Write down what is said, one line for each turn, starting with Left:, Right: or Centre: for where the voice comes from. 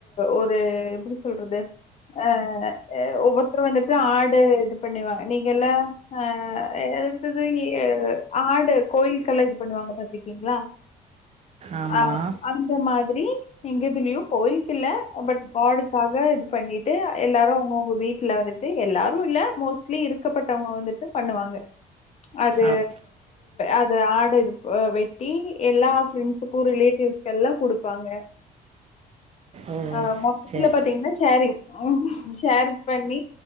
Left: ஒரு எப்டி சொல்றது அ ஒவ்வொருத்தரு வந்துட்டு ஆடு இது பண்ணுவாங்க நீங்க எல்லா அ எது ஆடு கோயில்கள் எல்லா இது பண்ணுவாங்க பாத்திருக்கீங்களா
Right: ஆமாம்
Left: ஆ அந்த மாரி <unintelligible> எங்கதுலயு கோயிலுக்கு இல்ல பட் கா்டக்காக இது பண்ணிட்டு ட்டு எல்லாரு அவங்கவுங்க வீட்டுல வந்துட்டு எல்லாரு இல்ல மோஸ்ட்லி இருக்கப்பட்டவங்க வந்துட்டு பண்ணுவாங்க அது
Right: அப்
Left: அத ஆடு இது வெட்டி எல்லா பிரண்ட்ஸுக்கு ரிலேட்டிவ்ஸ் எல்லா குடுப்பாங்க
Right: ஓ
Left: ஆ மொத்தத்துல
Right: சரி
Left: பாத்தீங்கன்னா சேரிங் உம் ஷேர் பண்ணி